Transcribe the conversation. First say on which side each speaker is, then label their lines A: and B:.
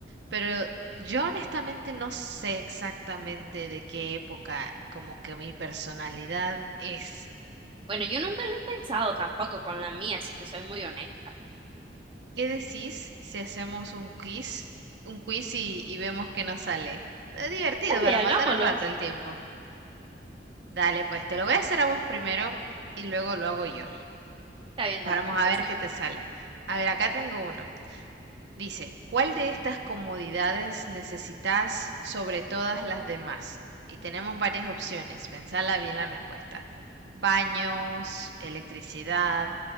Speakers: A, on the right (about 75°); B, on the right (about 30°).
A: pero yo honestamente no sé exactamente de qué época como que mi personalidad es.
B: Bueno, yo nunca lo he pensado tampoco con la mía, si te soy muy honesta.
A: ¿Qué decís si hacemos un quiz, un quiz y, y vemos qué nos sale? Es divertido
B: Dale,
A: para
B: hagámoslo.
A: matar un rato el tiempo. Dale, pues te lo voy a hacer a vos primero y luego lo hago yo.
B: Está bien,
A: Vamos
B: dale, pues empecemos.
A: a ver qué te sale. A ver, acá tengo uno. Dice, ¿cuál de estas comodidades necesitas sobre todas las demás? Y tenemos varias opciones. Pensala bien la respuesta. Baños, electricidad,